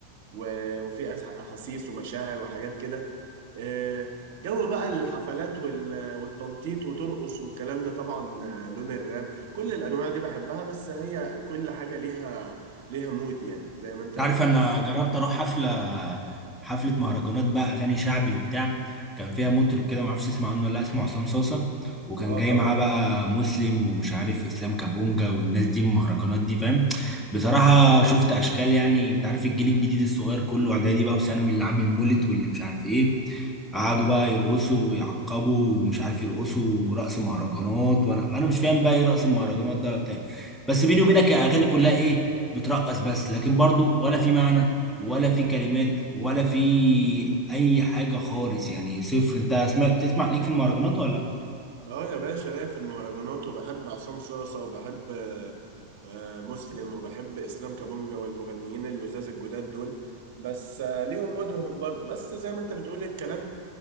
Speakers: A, on the right; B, in the centre.
A: و- وفي أح- احاسيس ومشاعر وحاجات كده آه، جو بقى الحفلات وال- والتنطيط وترقص والكلام ده طبعا آه، لون الراب كل الانواع دي بحبها بس هي كل حاجة ليها ليها مود يعني زي ما انت
B: انت
A: بتقول
B: عارف انا
A: بالظبط
B: جربت اروح حفله حفله مهرجانات بقى اغاني شعبي وبتاع كان فيها مطرب كده ما اعرفش اسمع عنه ولا لأ، اسمه عصام صاصه وكان
A: اه
B: جاي
A: طبعا
B: معاه بقى مسلم ومش عارف اسلام كابونجا والناس دي المهرجانات دي فاهم بصراحه شفت اشكال يعني انت عارف الجيل الجديد الصغير كله اعدادي بقى وثانوي اللي عامل مولد واللي مش عارف ايه قعدوا بقى يرقصوا ويعقبوا ومش عارف يرقصوا رقص مهرجانات وانا انا مش فاهم بقى ايه رقص المهرجانات ده ولا بتاع بس بيني وبينك الاغاني كلها ايه بترقص بس لكن برضو ولا في معنى ولا في كلمات ولا في اي حاجه خالص يعني صفر انت سمعت بتسمع ليك في المهرجانات ولا
A: اه يا باشا ليا في المهرجانات وبحب عصام صاصة وبحب آه، آه، مسلم وبحب اسلام كابونجا والمغنيين اللزاز الجداد دول بس آه، ليهم مودهم برضو بس زي ما انت بتقول الكلام